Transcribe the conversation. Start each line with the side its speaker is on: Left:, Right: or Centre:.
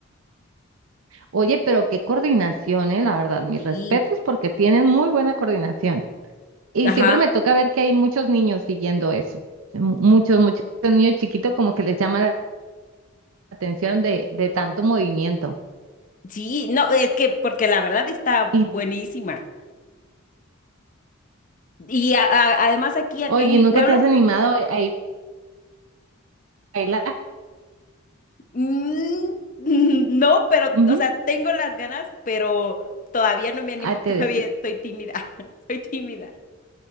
Right: Oye, pero qué coordinación, eh, la verdad. Mis
Left: Sí,
Right: respetos porque tienen muy buena coordinación. Y
Left: ajá,
Right: siempre me toca ver que hay muchos niños siguiendo eso. Sí, Mu- Muchos, muchos niños chiquitos como que les llama la atención de, de tanto movimiento.
Left: sí, no, es que porque la verdad está buenísima.
Right: Y,
Left: Y a- a- además aquí, acá
Right: oye,
Left: en mi
Right: ¿nunca
Left: pueblo,
Right: te has animado a a ir a bailar?
Left: Mm, <laughs> no, pero,
Right: Ujú.
Left: o sea, tengo las ganas, pero todavía no me animo,
Right: Ah, te
Left: <laughs> todavía
Right: deci-
Left: estoy tímida, <laughs> estoy tímida.